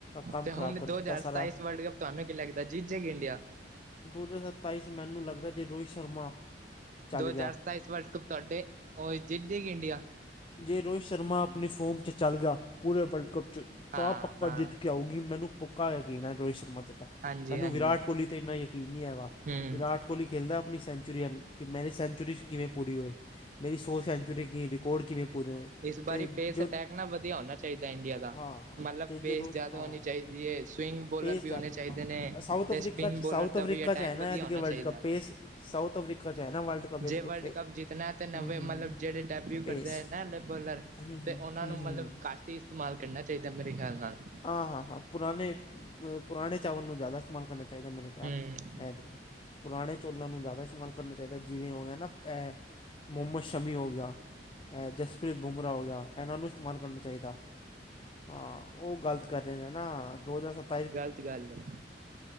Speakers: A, on the left (about 30°); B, on the right (about 45°).
A: ਕੰਮ
B: ਤੇ
A: ਖ਼ਰਾਬ
B: ਹੁਣ
A: ਕਰ
B: ਦੋ
A: ਦਿੱਤਾ
B: ਹਜ਼ਾਰ
A: ਸਾਰਾ
B: ਸਤਾਈਸ ਵਰਲਡ ਕੱਪ ਤੁਹਾਨੂੰ ਕੀ ਲੱਗਦਾ ਜੀਤ ਜੇਗੀ ਇੰਡੀਆ।
A: ਦੋ ਹਜ਼ਾਰ ਸਤਾਈ 'ਚ ਮੈਨੂੰ ਲੱਗਦਾ ਜੇ ਰੋਹਿਤ ਸ਼ਰਮਾ। ਚੱਲ
B: ਦੋ ਹਜ਼ਾਰ
A: ਗਿਆ
B: ਸਤਾਈਸ ਵਰਲਡ ਕੱਪ ਤੁਹਾਡੇ ਉਹ ਜਿੱਤ ਜੇਗੀ ਇੰਡੀਆ।
A: ਜੇ ਰੋਹਿਤ ਸ਼ਰਮਾ ਆਪਣੀ ਫੋਮ 'ਚ ਚੱਲਗਾ ਪੂਰੇ ਵਰਲਡ ਕੱਪ ਚ।
B: ਹਾਂ-ਹਾਂ,
A: ਤਾਂ ਪੱਕਾ ਜਿੱਤ ਕੇ ਆਊਗੀ ਮੈਨੂੰ ਪੱਕਾ ਯਕੀਨ ਐ ਰੋਹਿਤ ਸ਼ਰਮਾ ਤੇ ਤਾਂ
B: ਹਾਂਜੀ-ਹਾਂਜੀ,
A: ਮੈਨੂੰ ਵਿਰਾਟ ਕੋਹਲੀ ਤੇ ਇੰਨਾ ਯਕੀਨ ਕੀ ਨਹੀਂ ਹੈਗਾ
B: ਹੂੰ-ਹੂੰ।
A: ਵਿਰਾਟ ਕੋਹਲੀ ਖੇਲਦਾ ਆਪਣੀ ਸੈਂਚੁਰੀਨ ਕਿ ਮੇਰੀ ਸੈਂਚੁਰੀ 'ਚ ਕਿਵੇਂ ਪੂਰੀ ਹੋਏ ਮੇਰੀ ਸੌ ਸੈਂਚੁਰੀ ਕਿ ਰਿਕਾਰਡ ਕਿਵੇਂ ਪੂਰੇ ਹੋਏ।
B: ਇਸ
A: ਅਤੇ
B: ਬਾਰੀ ਪੇਸ
A: ਜੋ
B: ਅਟੈਕ ਨਾ ਵਧੀਆ ਹੋਣਾ ਚਾਹੀਦਾ ਇੰਡੀਆ ਦਾ
A: ਹਾਂ ਹਾਂ
B: ਮਤਲਬ
A: ਅਤੇ
B: ਪੇਸ
A: ਜੋ ਰੋਸ਼
B: ਜ਼ਿਆਦਾ
A: ਹਾਂ
B: ਹੋਣੀ ਚਾਹੀਦੀ ਐ ਸਵਿੰਗ ਬੋਲਰ
A: ਪੇਸ ਜ਼ਿਆਦਾ
B: ਵੀ ਹੋਣੇ ਚਾਹੀਦੇ
A: ਹਾਂ
B: ਨੇ
A: ਸਾਊਥ
B: ਤੇ
A: ਅਫਰੀਕਾ
B: ਸਪਿਨ
A: 'ਚ
B: ਬੋਲਰ
A: ਸਾਊਥ
B: ਦਾ
A: ਅਫਰੀਕਾ
B: ਵੀ ਅਟੈਕ
A: 'ਚ ਹੈ ਨਾ
B: ਵਧੀਆ
A: ਐਤਕੀ
B: ਹੋਣਾ
A: ਵਰਲਡ
B: ਚਾਹੀਦਾ।
A: ਕੱਪ ਪੇਸ ਸਾਊਥ ਅਫਰੀਕਾ ਚ ਐ ਨਾ ਵਰਲਡ ਕੱਪ ਐਤਕੀ
B: ਜੇ ਵਰਲਡ
A: ਫੇ
B: ਕੱਪ ਜਿੱਤਣਾ ਤੇ ਨਵੇਂ
A: ਹੂੰ ਹੂੰ ਹੂੰ,
B: ਮਤਲਬ ਜਿਹੜੇ ਡੈਬਿਊ <unintelligible> ਕਰਦੇ
A: ਪੇਸ
B: ਐ ਨਾ ਲੇਬਲਰ
A: ਹੂੰ ਹੂੰ
B: ਤੇ ਉਹਨਾਂ
A: ਹੂੰ
B: ਨੂੰ
A: ਹੂੰ
B: ਮਤਲਬ ਘੱਟ ਤੇ ਇਸਤੇਮਾਲ ਕਰਨਾ ਚਾਹੀਦਾ ਮੇਰੇ ਖਿਆਲ ਨਾਲ
A: ਹਾਂ-ਹਾਂ, ਹਾਂ ਪੁਰਾਣੇ ਪੁਰਾਣੇ ਚਾਵਲ ਨੂੰ ਜ਼ਿਆਦਾ ਇਸਤੇਮਾਲ ਕਰਨਾ ਚਾਹੀਦਾ ਮੇਰੇ ਖਿਆਲ
B: ਹੂੰ।
A: ਐਤਕੀ ਪੁਰਾਣੇ ਚੋੱਲਾਂ ਨੂੰ ਜ਼ਿਆਦਾ ਇਸਤੇਮਾਲ ਕਰਨਾ ਚਾਹੀਦਾ ਜਿਵੇਂ ਹੋ ਗਿਆ ਨਾ ਐ ਮੁਹਮਦ ਸ਼ਮੀ, ਹੋ ਗਿਆ। ਇਹ ਜਸਪ੍ਰੀਤ ਬੂਮਰਾਹ, ਹੋ ਗਿਆ। ਇਹਨਾਂ ਨੂੰ ਇਸਤੇਮਾਲ, ਕਰਨਾ ਚਾਹੀਦਾ ਹਾਂ। ਉਹ ਗ਼ਲਤ, ਕਰ ਰਹੇ ਨੇ, ਨਾ। ਦੋ ਹਜ਼ਾਰ ਸੱਤ-
B: ਗ਼ਲਤ ਗੱਲ ਹੈ।